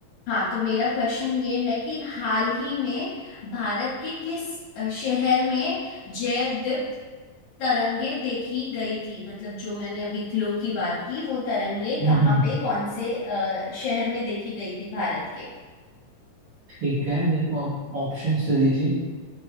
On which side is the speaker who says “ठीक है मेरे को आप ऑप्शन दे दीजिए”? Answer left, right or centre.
Right